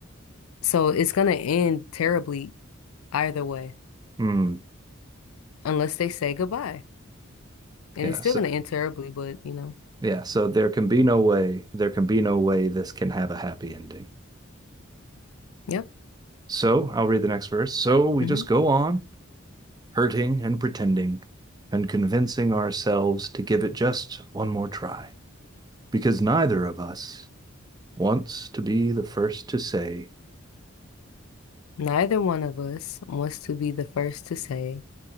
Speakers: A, on the left; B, on the right.
A: So it's gonna end terribly either way,
B: hmm.
A: unless they say goodbye. And
B: Yeah,
A: it's still
B: so
A: gonna end terribly, but you know,
B: yeah, so there can be no way, there can be no way this can have a happy ending.
A: yep.
B: So I'll read the next verse. So we
A: hmm
B: just go on hurting and pretending and convincing ourselves to give it just one more try because neither of us wants to be the first to say,
A: Neither one of us wants to be the first to say,